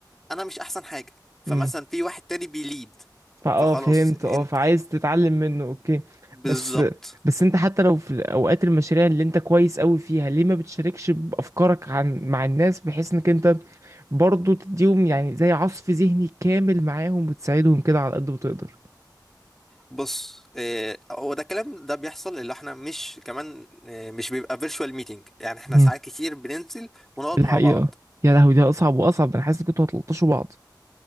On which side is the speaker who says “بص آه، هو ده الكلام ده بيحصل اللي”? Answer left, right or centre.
Centre